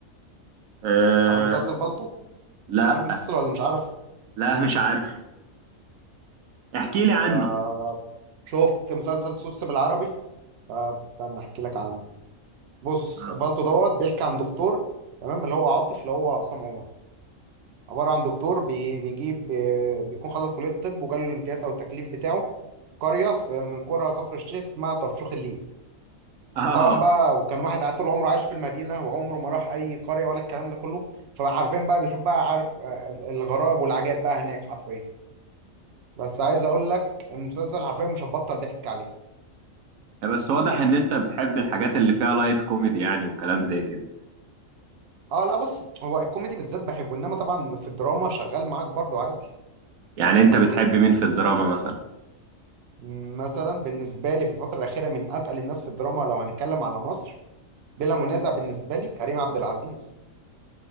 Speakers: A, on the right; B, on the right.
A: أه...
B: عارف مسلسل بالطو
A: لا
B: عارف مسلسل ولا مش عارف
A: لا مش عارف احكي لي عنه
B: طب شفت مسلسل سوس بالعربي طب استنى احكي لك عنه بص
A: اه
B: بالطو دوت بيحكي عن دكتور تمام اللي هو عاطف اللي هو عصام عمر عبارة عن دكتور بي- بيجيب بي- بيكون خلص كلية الطب وجاله الامتياز أو التكليف بتاعه في قرية في- من قرى كفر الشيخ اسمها طرشوخ الليل
A: آه.
B: طبعا بقى وكان واحد قاعد طول عمره عايش في المدينه وعمره ما راح اي قريه ولا الكلام ده كله فعارفين بقى بيشوف بقى عارف آه، ال- الغرائب والعجائب بقى هناك حرفيا بس عايز اقول لك المسلسل حرفيا مش هتبطل ضحك عليه
A: بس واضح ان انت بتحب الحاجات اللي فيها لايت كوميدي يعني وكلام زي كده
B: اه لا بص هو الكوميدي بالذات بحبه انما طبعا في الدراما شغال معاك برضو عادي
A: يعني انت بتحب مين في الدراما مثلا
B: م، مثلا بالنسبه لي في الفتره الاخيره من اتقل الناس في الدراما لو هنتكلم على مصر بلا منازع بالنسبه لي كريم عبد العزيز